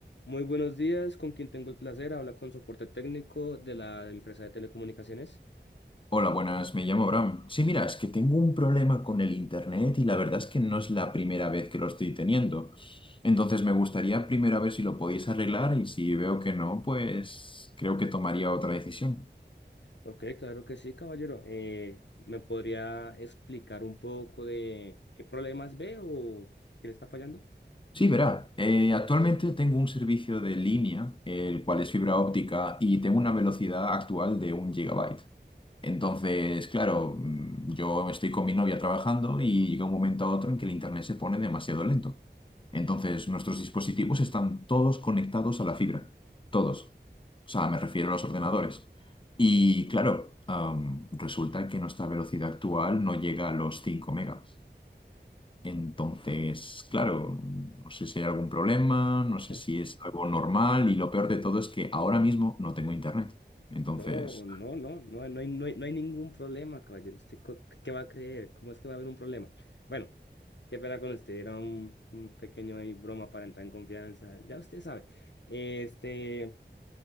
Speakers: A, on the left (about 75°); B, on the left (about 30°).
A: Muy buenos días, con quien tengo el placer, habla con soporte técnico de la empresa de telecomunicaciones.
B: Hola, buenas, me llamo Bram. Sí, mira, es que tengo un problema con el internet y la verdad es que no es la primera vez que lo estoy teniendo. Entonces me gustaría primero ver si lo podéis arreglar y si veo que no, pues creo que tomaría otra decisión.
A: Ok, claro que sí, caballero. Eh, ¿me podría explicar un poco de qué problemas ve o qué le está fallando?
B: Sí, verá, eh, actualmente tengo un servicio de línea, el cual es fibra óptica y tengo una velocidad actual de un gigabyte. Entonces, claro, mm, yo estoy con mi novia trabajando y llega un momento a otro en que el internet se pone demasiado lento. Entonces, nuestros dispositivos están todos conectados a la fibra, todos. O sea, me refiero a los ordenadores. Y claro, am, resulta que nuestra velocidad actual no llega a los 5 megas. Entonces, claro, no sé si hay algún problema, no sé
A: Eh,
B: si es algo normal y lo peor de todo es que ahora mismo no tengo internet. Entonces,
A: No, no, no, no, hay- no hay, no hay, no hay ningún problema, caballero. ¿Usted co- qué va a creer? ¿Cómo es que va a haber un problema? Bueno, qué pena con usted, era un, un pequeño ahí broma para entrar en confianza. Ya usted sabe. Este,